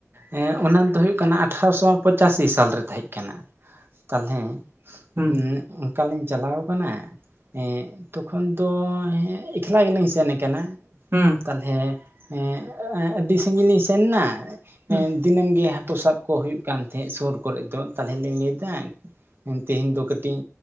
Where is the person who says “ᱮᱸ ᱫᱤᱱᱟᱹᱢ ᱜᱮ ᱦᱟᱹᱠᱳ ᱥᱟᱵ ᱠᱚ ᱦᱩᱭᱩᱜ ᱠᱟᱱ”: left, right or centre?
Right